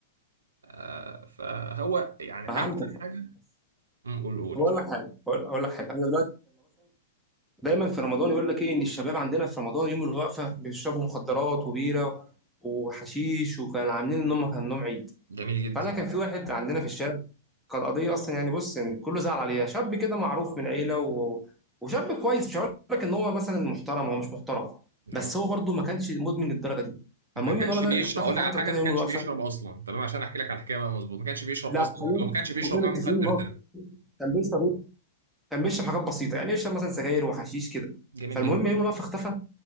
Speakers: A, on the right; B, in the centre.
A: آه، فهو يعني
B: فهعمل
A: أحسن حاجة مم، قول قول
B: بقول لك حاجه بقول أقول لك حاجه انا دايما في رمضان يقول لك ايه ان الشباب عندنا في رمضان يوم الوقفه بيشربوا مخدرات وبيره وحشيش وكان عاملين ان هم كان نوم عيد
A: جميل جدا
B: فانا كان في واحد عندنا في الشارع كان قضيه اصلا يعني بص يعني كله زعل عليها شاب كده معروف من عيله و... وشاب كويس مش هقول لك ان هو مثلا محترم هو مش محترم بس
A: اه
B: هو برضه ما كانش مدمن للدرجه دي فالمهم
A: ما كانش
B: الولد ده
A: بيشرب
B: اختفى
A: اقول
B: فتره
A: لك على حاجه
B: كده
A: ما
B: يوم
A: كانش
B: الوقفه
A: بيشرب اصلا تمام عشان احكي لك على الحكايه بقى مظبوط ما كانش بيشرب
B: لا
A: اصلا
B: خلينا
A: او ما كانش بيشرب
B: كلنا
A: نوع
B: متفقين
A: المخدر
B: ان هو
A: ده
B: كان بيشرب ايه؟ كان بيشرب حاجات بسيطه يعني يشرب مثلا سجاير وحشيش كده
A: جميل
B: فالمهم
A: جدا
B: يوم الوقفه اختفى